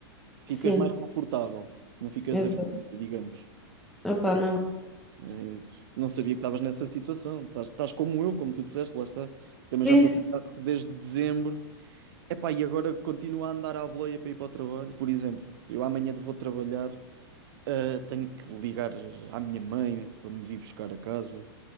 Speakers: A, on the right (about 65°); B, in the centre.
A: ficas
B: Sim,
A: mais confortável, não ficas
B: exato.
A: aflita, digamos.
B: Opá, não.
A: Eh, Não sabia que estavas nessa situação. Estás, estás como eu, como tu disseste, lá está. Também
B: Sim,
A: já estou a trabalhar desde dezembro. Epá, e agora continuo a andar à boleia para ir para o trabalho. Por exemplo, eu amanhã vou trabalhar, eh, tenho que ligar à minha mãe para me vir buscar a casa.